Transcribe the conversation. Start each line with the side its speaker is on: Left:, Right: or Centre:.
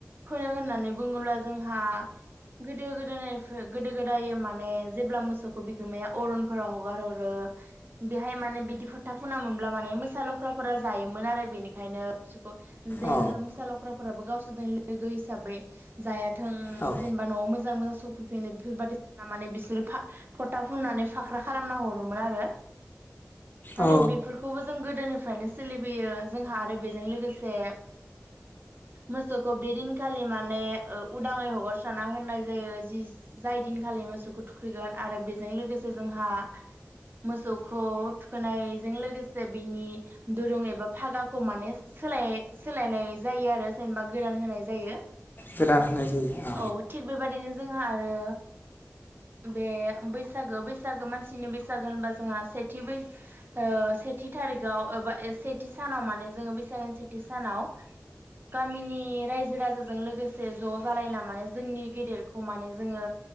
Right: फोनो होननानै बुङोब्ला जोंहा गोदो गोदाय नायफो गोदो गोदाय माने जेब्ला मोसौखौ बिगोमाया अरनफोराव हगार हरो बेहाय माने बिदि फोथा फुनामोनब्ला माने मोसा लख्राफोरा जायोमोन आरो बेनिखायनो बिसोरखौ जेन
Left: अ
Right: मोसा लख्राफोराबो गावसोरजों लोगो हिसाबै जाया थों
Left: अ औ
Right: जेनेबा नआव मोजां मोजां सफैफिनो बेफोरबायदि खालामनानै बिसोरो फा फथा फुननानै फाख्रा खालामना हरोमोन आरो माने
Left: औ
Right: बेफोरखौबो जों गोदोनि फ्रायनो सोलिबोयो जोंहा आरो बेजों लोगोसे मोसौखौ बे दिनखालि माने ओ उदाङै हगारस्राना होननाय जायो जि जाय दिनखालि मोसौखौ थुखैगोन आरो बेजों लोगोसे जोंहा मोसौ खौ थुखोनायजों लोगोसे बिनि दुरुं एबा फागाखौ माने सोलाय-सोलायनाय जायो आरो जेनेबा गोदान होनाय जायो।
Left: गोदान होनाय जायो अ
Right: औ थिग बेबादिनो जोंहा आरो बे बैसागो बैसागो मानसिनि बैसागो होनबा जोंहा सेथि बै ओ सेथि थारिगाव ओ एबा सेथि सानाव माने जोङो बैसागान सेथि सानाव गामिनि रायजो राजाजों लोगोसे ज जालायना माने जोंनि गेदेरखौ माने जोङो